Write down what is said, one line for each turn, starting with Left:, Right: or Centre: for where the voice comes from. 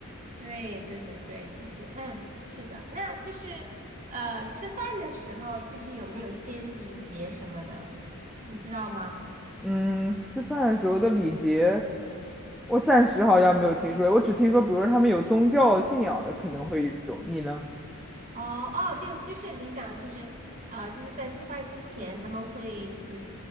Right: 对对对对，就是嗯是的，那就是呃吃饭的时候就是有没有一些礼节什么的，你知道吗？
Centre: 嗯，吃饭的时候的礼节，我暂时好像没有听说，我只听说，比如说他们有宗教信仰的可能会有，你呢？
Right: 哦哦，就就是你讲的，就是呃，就是在吃饭之前，他们会就是